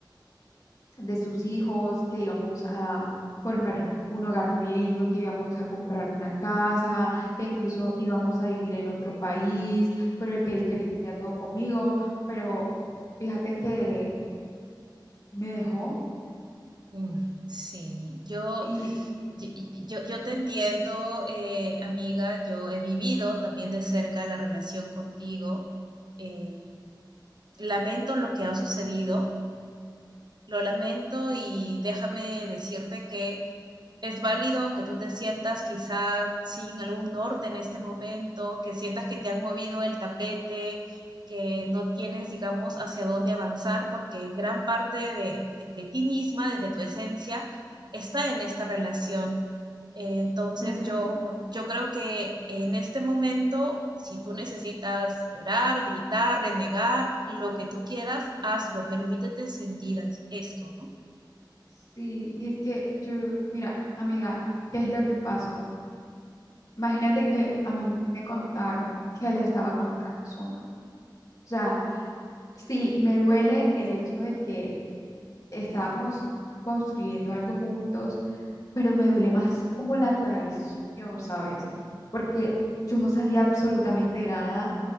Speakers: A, on the left; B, on the right.
A: de sus hijos, que íbamos a formar un hogar muy lindo, que íbamos a comprar una casa, que incluso íbamos a vivir en otro país, pero el que él quería todo conmigo, pero fíjate que me dejó
B: Mm, Sí, yo,
A: y
B: yo, yo- yo te entiendo, eh, amiga. Yo he vivido también de cerca la relación contigo. Eh, lamento lo que ha sucedido, lo lamento y déjame decirte que es válido que tú te sientas quizá sin algún norte en este momento, que sientas que te han movido el tapete, que no tienes, digamos, hacia dónde avanzar, porque gran parte de, de, de ti misma, de, de, tu esencia, está en esta relación. Eh, entonces
A: claro,
B: yo, yo creo que en este momento, si tú necesitas llorar, gritar, renegar, lo que tú quieras, hazlo, permítete sentir esto, ¿no?
A: sí, y es que yo, mira, amiga, ¿qué es lo que pasó? Imagínate que a mí me contaron que él estaba con otra persona. O sea, Sí, me duele el hecho de que estábamos construyendo algo juntos, pero me duele más como la traición, ¿sabes? Porque yo no sabía absolutamente nada.